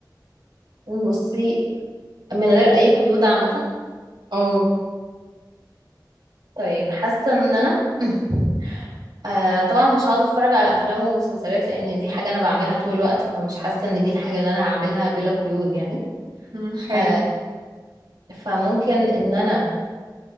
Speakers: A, on the right; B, on the right.
A: بصي من غير اي قيود عامه
B: اه
A: طيب حاسه ان انا <laughs> <clears throat> آه طبعا مش هقعد اتفرج على افلام ومسلسلات لان دي حاجه انا بعملها طول الوقت فمش حاسه ان دي الحاجه اللي انا هعملها بلا قيود يعني
B: مم، حلو
A: آه فممكن ان انا